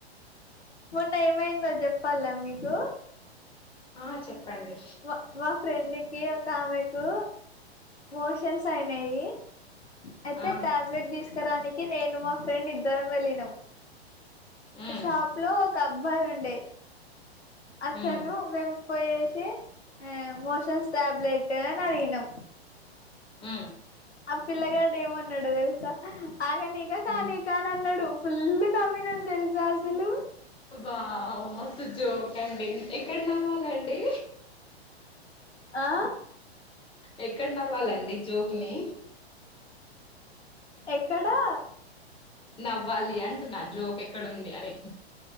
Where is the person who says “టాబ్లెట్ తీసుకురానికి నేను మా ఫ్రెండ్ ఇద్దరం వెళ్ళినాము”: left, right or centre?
Left